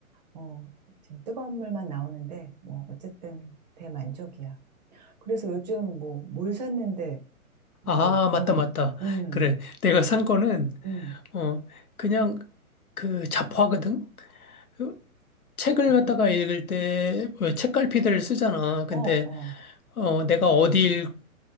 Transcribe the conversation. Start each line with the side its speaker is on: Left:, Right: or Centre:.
Right: 어, 지금 뜨거운 물만 나오는데 뭐 어쨌든 대만족이야. 그래서 요즘 뭐 물 샀는데 뭐,
Left: 아, 맞다,
Right: 어,
Left: 맞다.
Right: 음,
Left: 그래. 내가 산 거는
Right: 음,
Left: 어, 그냥 그 잡화거든? 그 책을
Right: 음,
Left: 갖다가 읽을 때 왜 책갈피들을 쓰잖아. 근데
Right: 어, 어,
Left: 어, 내가 어디 읽고